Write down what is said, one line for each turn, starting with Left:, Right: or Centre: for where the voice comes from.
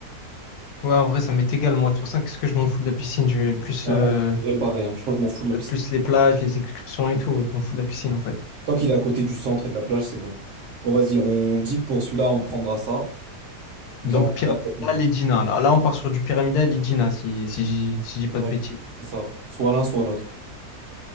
Left: Ouais, en vrai, ça m'est égal, moi. De toute façon, qu'est-ce que je m'en fous de la piscine? Je vais plus,
Right: Ouais,
Left: euh,
Right: on devrait pareil, hein. Je crois que je m'en fous de la piscine.
Left: plus les plages, les excursions et tout. Je m'en fous de la piscine, en fait.
Right: Tant qu'il est à côté du centre et de la plage, c'est bon. Bon, vas-y, on dit que pour celui-là, on prendra ça. Viens,
Left: Donc,
Right: on
Left: Pyramidal
Right: regarde ça maintenant.
Left: et Gina. Là, là on part sur du Pyramidal et Gina, si, si, j'y- si j'ai pas
Right: Ouais.
Left: de bêtises.
Right: C'est ça. Soit l'un, soit l'autre.